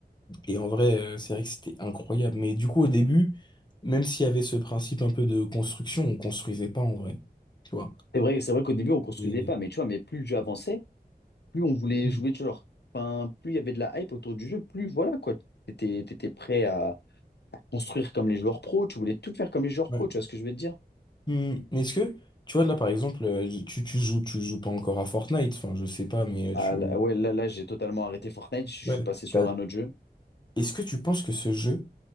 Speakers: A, on the left; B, on the left.
A: Et en vrai, euh, c'est vrai que c'était incroyable. Mais du coup, au début, même s'il y avait ce principe un peu de construction, on construisait pas en vrai. Tu vois.
B: C'est vrai, c'est vrai qu'au début, on construisait
A: Et...
B: pas, mais tu vois, mais plus le jeu avançait, plus on voulait
A: Mm.
B: jouer, tu vois, genre, enfin, plus il y avait de la hype autour du jeu, plus voilà, quoi. T'étais, t'étais prêt à, construire comme les joueurs pros, tu voulais tout faire comme les joueurs
A: Ouais.
B: pros, tu vois ce que je veux te dire?
A: Mm. Mais est-ce que, tu vois, là, par exemple, euh, tu, tu joues, tu joues pas encore à Fortnite, enfin, je sais pas, mais euh,
B: Ah,
A: tu...
B: là- ouais, là, là, j'ai totalement arrêté Fortnite, je, je
A: Ouais.
B: suis passé sur
A: T'as-
B: un autre jeu.
A: Est-ce que tu penses que ce jeu,